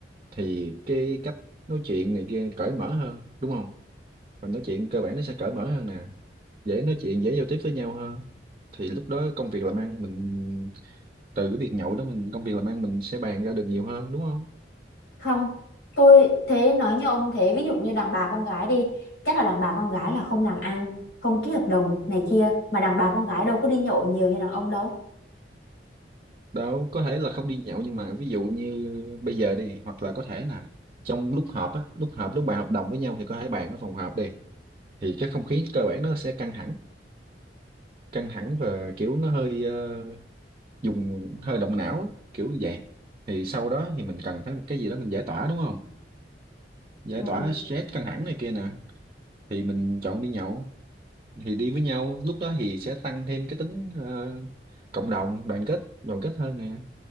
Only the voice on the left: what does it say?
Không. Tôi thế nói như ông thế, ví dụ như đàn bà con gái đi, chắc là đàn bà con gái là không làm ăn, không ký hợp đồng này kia, mà đàn bà con gái đâu có đi nhậu nhiều như đàn ông đâu.
Ừ.